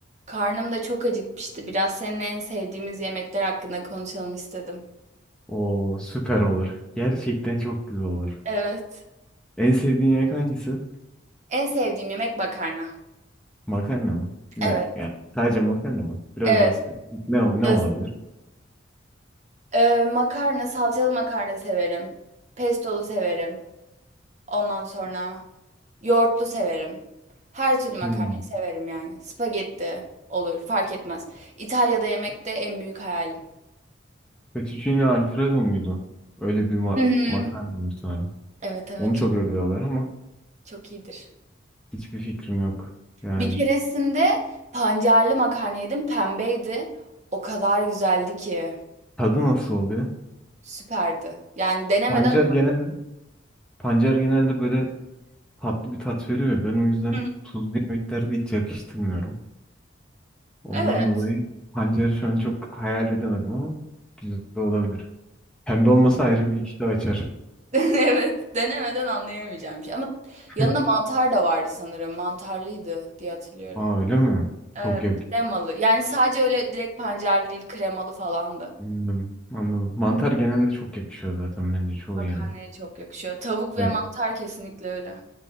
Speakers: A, on the right; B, in the centre.
A: Karnım da çok acıkmıştı. Biraz seninle en sevdiğimiz yemekler hakkında konuşalım istedim.
B: O süper olur. Gerçekten çok güzel olur.
A: Evet.
B: En sevdiğin yemek hangisi?
A: En sevdiğim yemek makarna.
B: Makarna mı? Ne
A: Evet.
B: yani sadece makarna mı? Biraz
A: Evet.
B: daha spesifik. Ne o- ne
A: Öz-
B: olabilir?
A: Ee, makarna, salçalı makarna severim. Pestolu severim. Ondan sonra yoğurtlu severim. Her türlü makarnayı
B: Hmm.
A: severim yani. Spagetti olur, fark etmez. İtalya'da yemek de en büyük hayalim.
B: Fettuccine Alfredo muydu? Öyle bir ma
A: Hı hı.
B: makarna mı sanırım.
A: Evet evet
B: Onu çok
A: çok,
B: övüyorlar ama
A: çok iyidir.
B: hiçbir fikrim yok. Yani
A: Bir keresinde pancarlı makarna yedim. Pembeydi. O kadar güzeldi ki.
B: tadı nasıl oluyor?
A: Süperdi. Yani denemeden
B: Pancar genelde pancar genelde böyle tatlı bir tat veriyor. Ben o yüzden
A: Hı. hı.
B: tuzlu yemeklerde hiç yakıştırmıyorum. Ondan
A: Evet.
B: dolayı pancarı şu an çok hayal edemedim ama güzel olabilir. Pembe olması ayrı bir iştah açar.
A: <laughs> evet denemeden anlayamayacağım bir şey. Ama
B: <laughs>
A: yanında mantar da vardı sanırım. Mantarlıydı diye hatırlıyorum.
B: Aa öyle mi?
A: Evet.
B: Çok yak.
A: Kremalı. Yani sadece öyle direkt pancarlı değil kremalı falandı.
B: Anladım. Anladım. Mantar genelde çok yakışıyor zaten bence çoğu
A: Makarnaya
B: yeme.
A: çok yakışıyor. Tavuk ve
B: Evet.
A: mantar kesinlikle öyle.